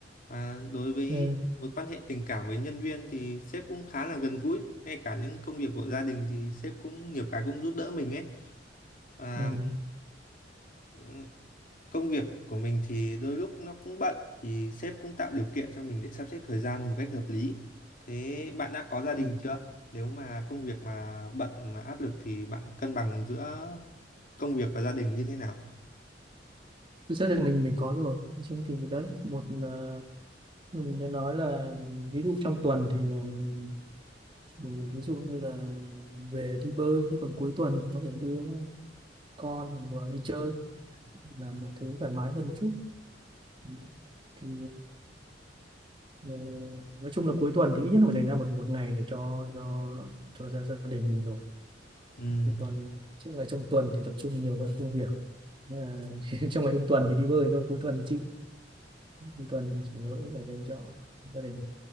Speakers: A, on the left; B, on the right.
A: và đối với
B: ừ
A: mối quan hệ tình cảm với nhân viên thì sếp cũng khá là gần gũi ngay cả những công việc của gia đình thì sếp cũng nhiều cái cũng giúp đỡ mình ấy và
B: ừ
A: Ừ, Công việc của mình thì đôi lúc nó cũng bận thì sếp cũng tạo điều kiện cho mình để sắp xếp thời gian một cách hợp lý. Thế bạn đã có gia đình
B: ừ
A: chưa? Nếu mà công việc mà bận mà áp lực thì bạn cân bằng giữa công việc và gia đình như thế nào?
B: thực ra thì mình mình có rồi nói chung thì đấy một ờ, mình đã nói là ví dụ trong tuần thì mình, mình ví dụ như là về đi bơi chứ còn cuối tuần có thể đưa con vừa đi chơi là một thứ thoải mái hơn một chút Ừ. thì ờ, nói chung là cuối tuần thì ít nhất là phải dành ra một một ngày để cho cho cho gia gia đình mình rồi
A: Ừ,
B: chứ còn trước ngày trong tuần thì tập trung nhiều hơn công việc Nên là, <laughs> trong ngày trong tuần thì đi bơi thôi cuối tuần thì chịu cuối tuần thì chủ yếu là cũng phải dành cho gia đình